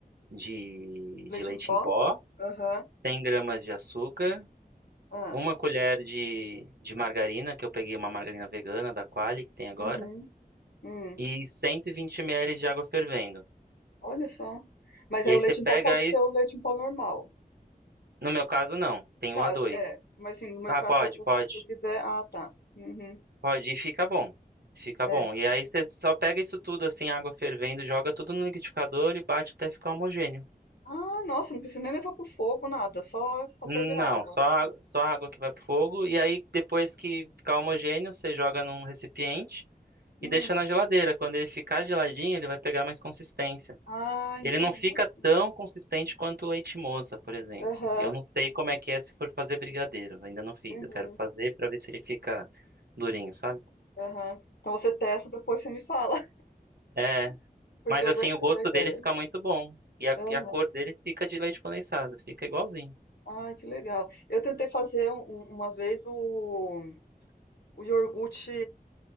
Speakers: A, on the right; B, on the left.
A: de, de
B: Leite
A: leite
B: em pó?
A: em pó,
B: Aham,
A: 100 gramas de açúcar,
B: ah,
A: uma colher de, de margarina, que eu peguei uma margarina vegana da Qualy, que tem agora,
B: uhum, hum.
A: e 120 ml de água fervendo.
B: Olha só. Mas
A: E
B: aí
A: aí
B: o leite
A: você pega
B: em pó pode
A: aí,
B: ser o leite em pó normal.
A: no meu caso não, tem
B: Não,
A: o a
B: assim,
A: dois.
B: é, mas assim, no meu
A: Ah,
B: caso,
A: pode,
B: se eu for,
A: pode,
B: se eu fizer, ah, tá. Uhum,
A: pode, e fica bom. Fica
B: é.
A: bom. E aí você só pega isso tudo assim, água fervendo, joga tudo no liquidificador e bate até ficar homogêneo.
B: Ah, nossa, não precisa nem levar pro fogo, nada, só, só
A: Não,
B: ferver a água.
A: só, a- só água que vai pro fogo. E aí, depois que ficar homogêneo, você joga num recipiente
B: Hum.
A: e deixa na geladeira. Quando ele ficar geladinho, ele vai pegar mais consistência.
B: Ah, entendi,
A: Ele não fica
B: nossa.
A: tão consistente quanto o leite moça, por exemplo.
B: Aham,
A: Eu não sei como é que é se for fazer brigadeiro. Ainda não fiz.
B: uhum,
A: Eu quero fazer pra ver se ele fica durinho, sabe?
B: aham. Então você testa, depois você me fala,
A: É,
B: <laughs> porque
A: mas
B: eu
A: assim,
B: gostei
A: o gosto
B: da ideia.
A: dele fica muito bom. E a,
B: Aham.
A: e a cor dele fica de leite condensado. Fica igualzinho.
B: Ah, que legal. Eu tentei fazer um- um, uma vez o, o iogurte